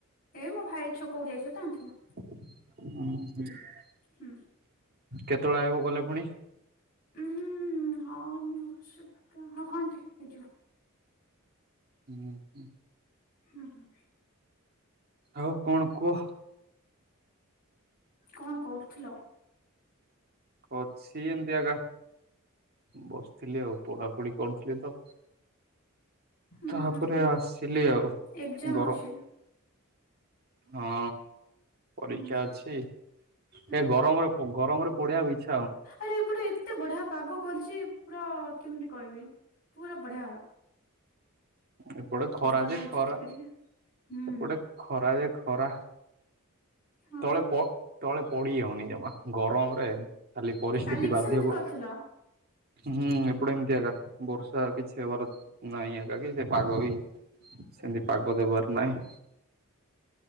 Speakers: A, on the left; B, on the right.
A: ଏ ମୋ ଭାଇ ଛକକୁ ଯାଇଥିଲା ତ ଆଣିଥିଲା।
B: ହଁ ହ
A: ହୁଁ।
B: କେତେବେଳେ ଆଇବ ଗଲେ ପୁଣି?
A: ଉଁ ହଁ ମୁସ ହଁ ଘଣ୍ଟେ ହେଇଯିବ।
B: ହୁଁ।
A: ହୁଁ ହଁ।
B: ଆଉ କଣ କୁହ?
A: କଣ କରୁଥିଲ?
B: ଅଛି ଏମିତି ଆଗା। ବସିଥିଲି ଆଉ ପଢାପଢି କରୁଥିଲି ତ।
A: ହୁଁ
B: ତାପରେ
A: ହୁଁ ହୁଁ
B: ଆସିଲି ଆଉ
A: ଏକ୍ଜାମ
B: ଗର
A: ଅଛି
B: ହଁ ପରୀକ୍ଷା
A: ହୁଁ
B: ଅଛି
A: ହୁଁ
B: ଏ ଗରମରେ ପ ଗରମରେ ପଢ଼ଆକୁ ଇଛା
A: ଆରେ ଏପଟେ ଏତେ ବଢିଆ ପାଗ କରିଛି ପୁରା କେମିତି କହିବି? ପୁରା ବଢିଆ।
B: ଏପଟେ ଖରା
A: ପବନ
B: ଯେ
A: ହଉଛି
B: ଖରା
A: ଟିକେ ଟିକେ ହୁଁ
B: ଏପଟେ ଖରା ଯେ ଖରା
A: ହଁ
B: ତଳେ
A: ପା
B: ପ ତଳେ ପଡି ହଉନି ଜମା ଗରମରେ ଖାଲି ପରିସ୍ଥିତି
A: କାଲି ବି
B: ବାଧ୍ୟ
A: ସେମିତି
B: ହୁ
A: କରିଥିଲ
B: ହୁଁ ଏପଟେ ଏମତି ଆଗା ବର୍ଷା କିଛି ହବାର ନାଇଁ ଆ କି ସେ ପାଗ ହୀ ସେମତି ପାଗ ଦେବାର ନାହିଁ।